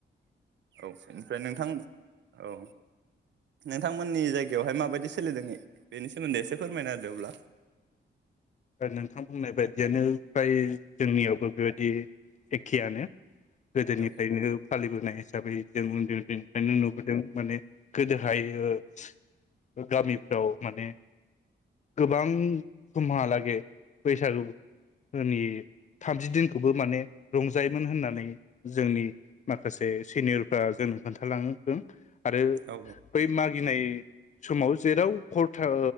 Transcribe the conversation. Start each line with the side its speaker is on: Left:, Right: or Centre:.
Right: औ बेनिफ्राय नोंथां औ नोंथांमोननि जायग बेवहाय माबायदि सोलिदों बेनि सोमोन्दै एसे फोरमायना होदों अब्ला
Left: नोंथां बुंनाय बायदियानो फ्राय जोंनियावबो बेबायदि एखेयानो गोदोनिफ्रायनो
Right: औ
Left: फालिबोनाय दा बै जों उन्दै निफ्रायनो नुबोदों माने गोदोहाय ओ गामिफ्राव माने गोबां समहालागै बैसागुनि थामजि दिनखौबो माने रंजायोमोन होननानै जोंनि माखासे सिनियरफ्रा जोंनो खोन्थालांदों आरो
Right: औ
Left: बै मागि गिनाय समाव जेराव हर था